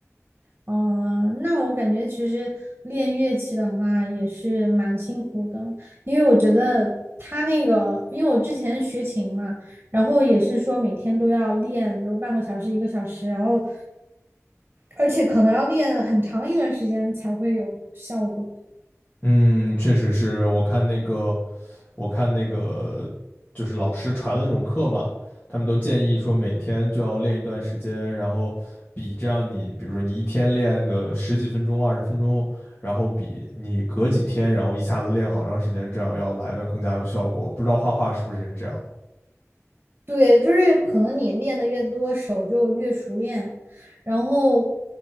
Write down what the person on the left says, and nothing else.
嗯，确实是我看那个，我看那个，就是老师传的那种课嘛，他们都建议说每天就要练一段时间，然后比这样你，比如说你一天练个十几分钟、二十分钟，然后比你隔几天，然后一下子练好长时间，这样要来的更加有效果。不知道画画是不是也是这样？